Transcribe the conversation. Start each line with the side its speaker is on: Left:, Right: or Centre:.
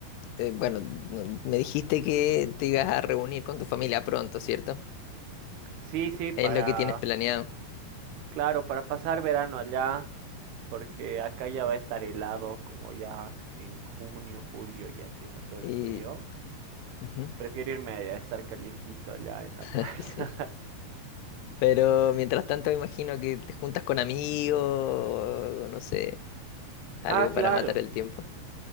Left: eh, bueno, no- me dijiste que te ibas a reunir con tu familia pronto, ¿cierto?
Right: Sí, sí, para,
Left: Es lo que tienes planeado.
Right: claro, para pasar verano allá, porque acá ya va a estar helado, como ya en junio, julio ya empieza todo
Left: Y,
Right: el frío.
Left: ujú,
Right: Prefiero irme a estar calientito allá en la
Left: <laughs>
Right: playa.
Left: sí.
Right: <laughs>
Left: Pero mientras tanto, me imagino que te juntas con amigos, no sé, algo
Right: Ah, claro,
Left: para matar el tiempo.